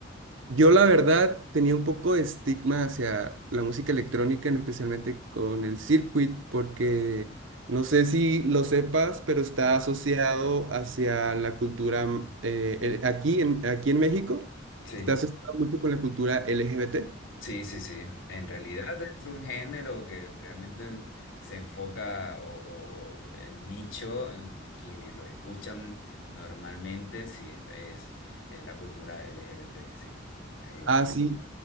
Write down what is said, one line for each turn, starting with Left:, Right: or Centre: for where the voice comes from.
Right: Yo la verdad tenía un poco de estigma hacia la música electrónica, en especialmente con el circuit, porque no sé si lo sepas, pero está asociado hacia la cultura mm, eh, el- aquí en, aquí en México,
Left: Sí,
Right: está asociado mucho con la cultura LGBT.
Left: sí, sí, sí. En realidad es un género que realmente se enfoca o, o el nicho, el- quienes lo escuchan normalmente, sí, es, es, es la cultura LGBT, sí, es verdad.
Right: Ah, sí.